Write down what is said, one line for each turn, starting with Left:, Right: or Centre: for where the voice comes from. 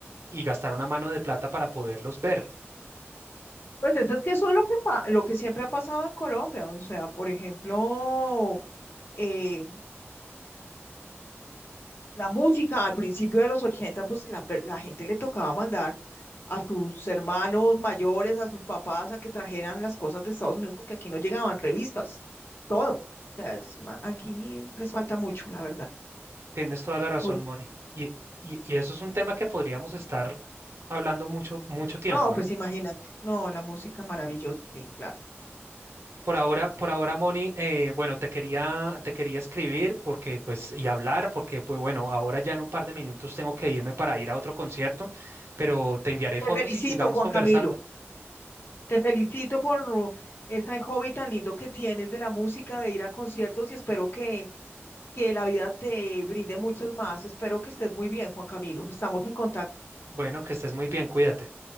Right: y gastar una mano de plata para poderlos ver.
Left: Pues eso es que eso es lo que, pa- lo que siempre ha pasado en Colombia. O sea, por ejemplo, eh, la música al principio de los 80, pues la, per- la gente le tocaba mandar a sus hermanos mayores, a sus papás, a que trajeran las cosas de Estados Unidos, porque aquí no llegaban revistas, todo. O sea, es ma- aquí les falta mucho, la verdad,
Right: Tienes toda la razón,
Left: mucho.
Right: Moni. Y, y- y eso es un tema que podríamos estar hablando mucho, mucho tiempo,
Left: No, pues
Right: ¿no?
Left: imagínate. No, la música maravillosa, sí, claro.
Right: Por ahora, por ahora, Moni, eh, bueno, te quería, te quería escribir porque, pues, y hablar porque, pues, bueno, ahora ya en un par de minutos tengo que irme para ir a otro concierto, pero te enviaré
Left: Te
Right: fotos
Left: felicito,
Right: y sigamos
Left: Juan
Right: conversando.
Left: Camilo. Te felicito por ese hobby tan lindo que tienes de la música, de ir a conciertos y espero que, que la vida te brinde muchos más. Espero que estés muy bien, Juan Camilo. Estamos en contacto.
Right: Bueno, que estés muy bien, cuídate.